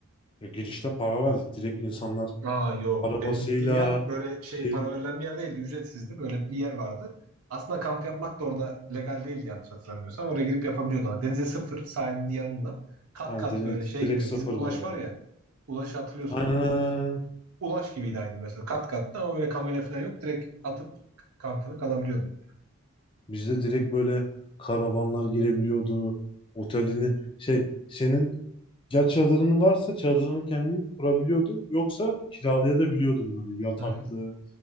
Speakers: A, on the left (about 25°); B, on the right (about 80°).
A: Ya girişte para verdik. Direkt insanlar
B: Aa yok.
A: arabasıyla
B: Benim gittiğim yer böyle şey
A: şey
B: para verilen bir yer değildi. Ücretsizdi. Böyle bir yer vardı. Aslında kamp yapmak da orada legal değildi yanlış hatırlamıyorsam. Oraya girip yapabiliyordun ama denize sıfır, sahilin yanında. Kat
A: hani
B: kat
A: direkt,
B: böyle şey
A: direkt
B: gibi.
A: sıfır
B: Bizim Ulaş
A: böyle.
B: var ya. Ulaş'ı hatırlıyorsun
A: Aynen
B: değil
A: aynen.
B: mi?
A: aynen.
B: Ulaş gibiydi aynı mesela. Kat kattı ama böyle kamera falan yok. Direkt atıp kampını kalabiliyordun.
A: Bizde direkt böyle karavanlar girebiliyordu. Otelini şey senin ya çadırın varsa çadırını kendin kurabiliyordun. Yoksa kiralayabiliyordun böyle yataklı
B: Hı hı.